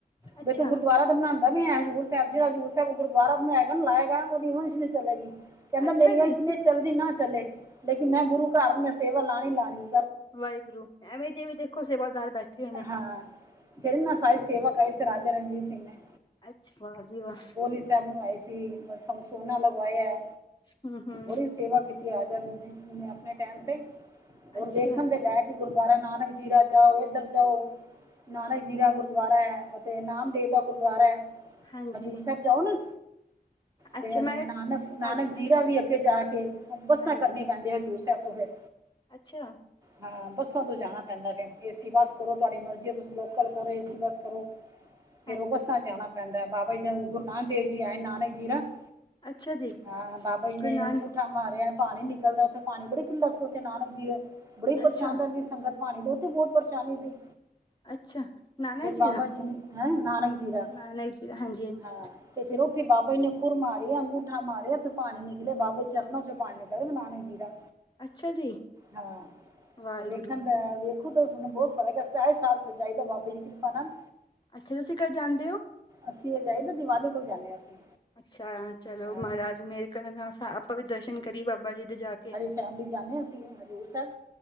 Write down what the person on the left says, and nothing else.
ਅੱਛਾ
ਅੱਛਾ
ਜੀ
ਵਾਹਿਗੁਰੂ, ਐਵੇਂ ਜੇ ਵੀ ਦੇਖੋ ਸੇਵਾਦਾਰ ਬੈਠੇ ਹੋਏ ਨੇ।
ਅੱਛਾ ਵਾਹ ਜੀ ਵਾਹ
ਹੂੰ ਹੂੰ
ਅੱਛਾ
ਹਾਂਜੀ
ਅੱਛਾ
ਮੈਂ
ਹਾਂਜੀ
ਹਾਂਜੀ,
ਅੱਛਾ।
<inaudible>
ਅੱਛਾ ਜੀ
ਗੁਰੂ ਨਾਨਕ
ਅੱਛਾ
ਅੱਛਾ ਨਾਨਕ
ਦਾ
ਨਾਨਕ ਜੀ ਦਾ ਹਾਂਜੀ ਹਾਂਜੀ
ਅੱਛਾ ਜੀ
ਵਾਹਿਗੁਰੂ
ਅੱਛਾ, ਤੁਸੀਂ ਕੱਦ ਜਾਂਦੇ ਹੋ।
ਅੱਛਾ ਚਲੋ
ਮਹਾਰਾਜ ਮੇਰੇ ਘਰ ਆਪਾਂ ਵੀ ਦਰਸ਼ਨ ਕਰੀਏ ਬਾਬਾ ਜੀ ਦੇ ਜਾ ਕੇ